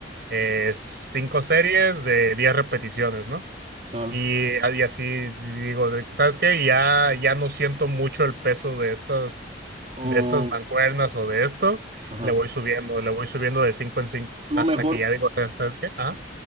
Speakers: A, on the right (about 60°); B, on the right (about 35°).
A: eh, 5 series de 10 repeticiones, ¿no?
B: claro.
A: Y, ah, y así digo, de que, ¿sabes qué? Ya, ya no siento mucho el peso de estas,
B: Um,
A: de estas mancuernas o de esto.
B: ajá.
A: Le voy subiendo, le voy subiendo de cinco en cinco
B: Lo
A: hasta
B: mejor.
A: que ya digo, ¿sabes, sabes qué? Ah,